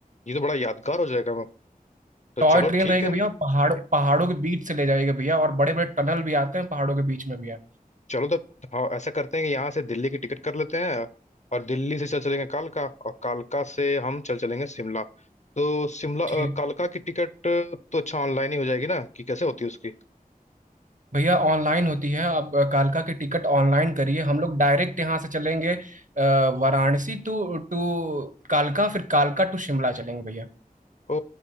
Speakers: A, on the left; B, on the right.
A: ये तो बड़ा यादगार हो जाएगा तो
B: टॉय
A: चलो
B: ट्रेन
A: ठीक
B: रहेगी
A: है
B: भैया पहाड़ पहाड़ों के बीच से ले जाएगी भैया और बड़े बड़े टनल भी आते हैं पहाड़ों के बीच में भैया
A: चलो तो हाँ ऐसा करते हैं कि यहाँ से दिल्ली की टिकट कर लेते हैं और दिल्ली से चल चलेंगे कालका और कालका से हम चल चलेंगे शिमला तो शिमला अ,
B: ठीक
A: कालका की टिकट तो अच्छा ऑनलाइन ही हो जाएगी ना कि कैसे होती है उसकी
B: भैया ऑनलाइन होती है अब अ, कालका की टिकट ऑनलाइन करिए हम लोग डायरेक्ट यहाँ से चलेंगे अ, वाराणसी टू टू कालका फिर कालका टू शिमला चलेंगे भैया
A: ओ